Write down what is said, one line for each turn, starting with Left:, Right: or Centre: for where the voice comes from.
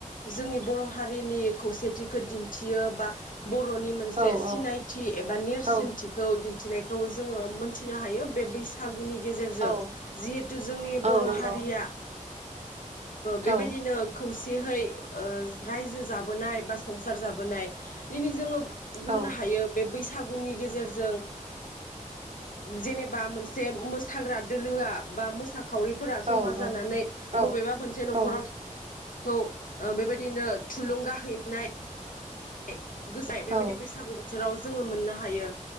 Left: जोंनि बर' हारिनि खौसेथिखौ दिन्थियो बा बरनि मोनसे
Right: औ
Left: सिनायथि
Right: औ
Left: एबा नेरसिोनथिखौ
Right: औ
Left: मिथिनायखौ जोंङो मोनथिनो हायो बे बैसागुनि ज गेजेरजों
Right: औ
Left: जिथु जोंनि
Right: औ
Left: बर
Right: नंगौ
Left: हारिया बेबायदिनो
Right: औ
Left: खौसे जहै रायजो जाबोनाय बा संसार जाबोनाय दिनै जोंङो बुंनो
Right: औ
Left: हायो बे बैस बैसागुनि गेजेरजों जेनेबा मोनसे हाग्रा दोलोआ बा मोसा खावरिफोरा जमा
Right: औ
Left: जानानै
Right: औ
Left: बबेबा मोनसे नखराव
Right: औ
Left: खौ बेबायदिनो थुलुंगा हैनाय <unintelligible> गोजाय बेबायदि
Right: औ
Left: बैसागु बोथोराव जोङो मोननो हायो।